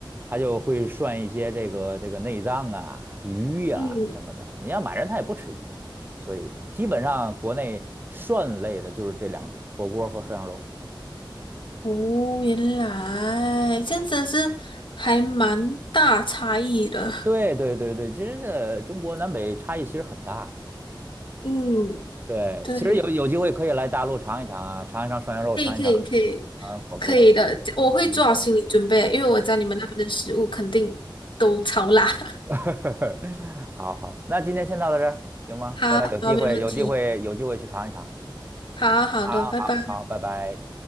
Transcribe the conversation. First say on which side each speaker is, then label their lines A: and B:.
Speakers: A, on the right; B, on the left.
A: 它就会涮一些这个这个内脏啊、鱼呀、
B: <laughs> 嗯，
A: 什么的。你要满人他也不吃鱼，所以基本上国内涮类的就是这两种，火锅和涮羊肉。
B: 哦，原来这样真的是还蛮大差异的，
A: 对对对对，其实这中国南北差异其实很大的
B: 嗯，
A: 对，
B: 对，
A: 其实有有机会可以来大陆尝一尝啊，尝一尝涮羊肉，
B: 可以可以可以可以的，
A: 尝一尝尝火锅。
B: 我会做好心理准备，
A: 嗯。
B: 因为我知道你们那边的食物肯定都超辣，<laughs>
A: <laughs> 好好，那今天先到到这儿，行吗？
B: 好，
A: 回来有机会，
B: 好，没问题。
A: 有机会，有机会去尝一尝
B: 好好的，
A: 啊！
B: 拜拜。
A: 好好，拜拜。